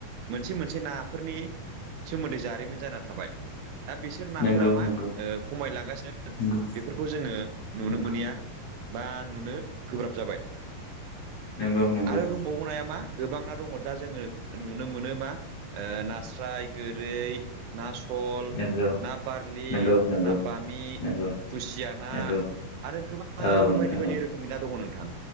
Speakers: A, on the right; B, on the left.
A: मोनसे मोनसे नाफोरनि सोमोन्दै जारिमिन जाना थाबाय दा बिसोर नाफोरा
B: नंगौ
A: मा
B: नंगौ
A: ओ खमायलांगासिनो
B: नंगौ
A: बेफोरखौ जोङो नुनो
B: नंगौ
A: मोनैया बा नुनो गोब्राब जाबाय
B: नंगौ नंगौ
A: आरो दंबावो नाया मा गोबां ना दङ दा जोङो नुनो मोनो मा नास्राय गोरै ना सल
B: नंगौ
A: ना बारलि
B: नंगौ नंगौ
A: ना बामि
B: नंगौ
A: खुसिया ना
B: नंगौ
A: आरो गोबां
B: औ नोंथां
A: बायदि बायदि
B: औ
A: रो खोमनि ना दङ नोंथां